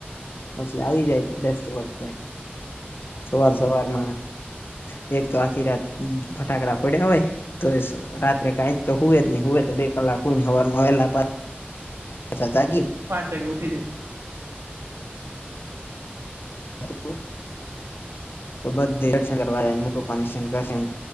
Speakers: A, on the left; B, on the right.
A: પછી આવી જાય દસ વર્ષ ભાઈ સવાર સવારમાં એક તો આખી રાત ફટાકડા ફોડ્યા હોય તોય રાત્રે કાંઈ તો હોુવે જ નહી હોય તો બે કલાક હોય ને હવાર માં વહેલા પાછ અચછ જાગી
B: પાંચ વાગે ઉઠી જાય
A: હ તો બધ દર્શન કરવા જ મુપ દર્શન કરશે